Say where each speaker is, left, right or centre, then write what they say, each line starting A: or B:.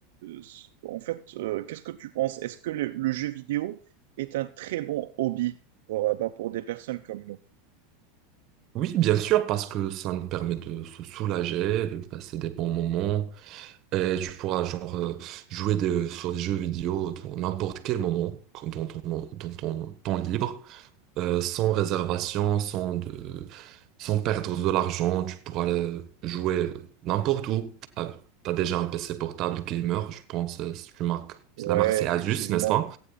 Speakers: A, on the right (about 75°); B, on the right (about 40°).
A: c'est- en fait, euh, qu'est-ce que tu penses? Est-ce que le, le jeu vidéo est un très bon hobby pour, euh, bah, pour des personnes comme nous?
B: Oui, bien sûr, parce que ça nous permet de se soulager, de passer des bons moments, et tu pourras genre euh, jouer des- sur des jeux vidéo dans n'importe quel moment, dans ton, dans ton temps libre. euh, sans réservation, sans, de, sans perdre de l'argent. Tu pourras le- jouer n'importe où. Ah, t'as déjà un PC portable gamer, je pense, euh, c'est une marque.
A: Ouais,
B: La marque, c'est
A: effectivement,
B: Asus, n'est-ce pas?